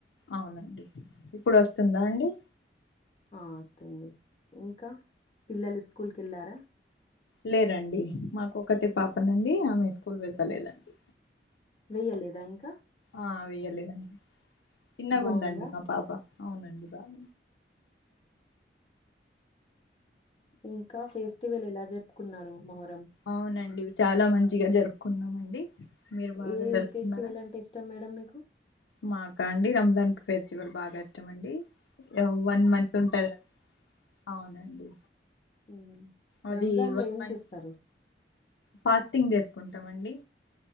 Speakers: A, on the left; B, on the left.
A: అవునండి ఇప్పుడు వస్తుందా అండి
B: ఆ వస్తుంది ఇంకా పిల్లలు స్కూల్కి వెళ్ళారా
A: లేదండి మాకు ఒకతె పాప నండి ఆమె స్కూల్ వెళ్తలేదండి
B: వేయలేదా ఇంకా
A: ఆ వెయ్యలేదండి చిన్న
B: బాగుందా
A: గుందండి మా పాప అవునండి బాబ
B: ఇంకా ఫెస్టివల్ ఎలా జరుపుకున్నారు మొహరం
A: అవునండి చాలా మంచిగా జరుపుకున్నామండి మీరు బాగా
B: ఏ
A: జరుపుకున్నారా
B: ఫెస్టివల్ అంటే ఇష్టం మేడం మీకు
A: మాకా అండి రంజాన్ ఫెస్టివల్ బాగా ఇష్టండి వన్ మంత్ ఉంటది అవునండి
B: ఉమ్
A: అది
B: రంజాన్లో
A: వన్
B: ఏం
A: మంత్
B: చేస్తరు
A: ఫాస్టింగ్ జేసుకుంటామండి